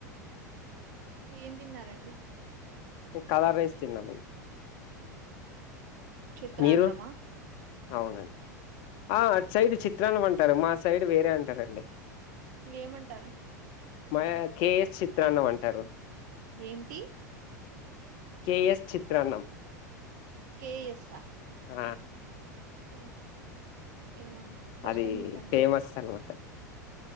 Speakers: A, on the right; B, on the left.
A: ఏం తిన్నారండి
B: కలార్ రైస్ తిన్నామండి
A: చిత్రన్నమా
B: మీరు అవునండి ఆ అటు సైడ్ చిత్రాన్నం అంటారు మా సైడ్ వేరే అంటారండి
A: ఏమంటారు
B: మాయా కె చిత్రాన్నం అంటారు
A: ఏంటి
B: కె ఎస్ చిత్రాన్నం
A: కే యసా
B: ఆ
A: ఓ ఏమోండి ఫస్ట్
B: అది
A: టైం వింటాన్నా
B: ఫేమస్ అనమాట